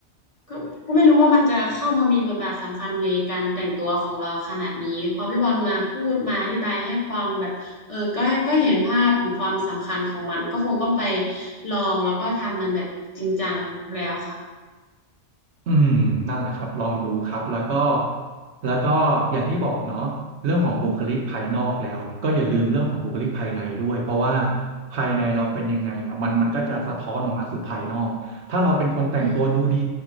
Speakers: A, on the left (about 30°); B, on the right (about 65°).
A: ก็ก็ไม่รู้ว่ามันจะเข้ามามีบทบาทสำคัญในการแต่งตัวของเราขนาดนี้พอพี่บอลมาพูดมาอธิบายให้ฟังแบบเออก็ก็เห็นภาพถึงความสำคัญของมันก็คงต้องไปลองแล้วก็ทำมันแบบจริงจังแล้วค่ะ
B: อืมนั่นแหละครับลองดูครับแล้วก็แล้วก็อย่างที่บอกเนาะเรื่องของบุคลิกภายนอกแล้วก็อย่าลืมเรื่องของบุคลิกภายในด้วยเพราะว่าภายในเราเป็นยังไงเนี่ยมันมันก็จะสะท้อนออกมาสู่ภายนอกถ้าเราเป็นคนแต่งตัวดูดี
A: อืม